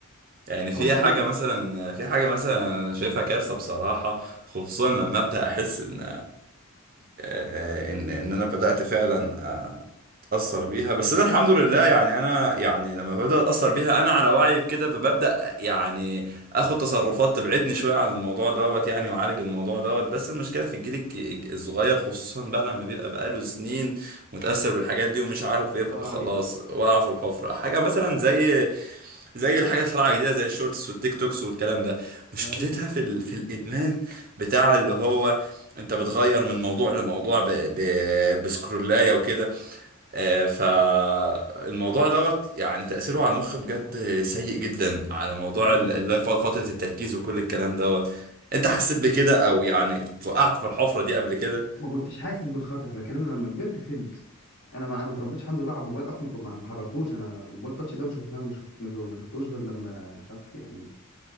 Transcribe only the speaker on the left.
صباح الفل
سلام
عليك
ايوه
جدا
ما كنتش حاسس بالخطر لكن انا لما كبرت فهمت انا ما انا ما اتربيتش الحمد لله على الموبايل اصلا ما كنت- ما حضرتوش انا موبايل تاتش ده ما شفناه ما شفت ما شف- ما شفتوش غير لما مش عارف يعني